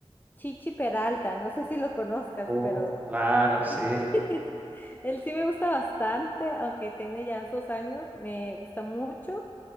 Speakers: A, on the left; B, on the right.
A: Chichi Peralta, no sé si lo conozcas,
B: Uf,
A: pero eh,
B: claro, sí.
A: <laughs> él sí me gusta bastante, aunque tiene ya sus años, me gusta mucho.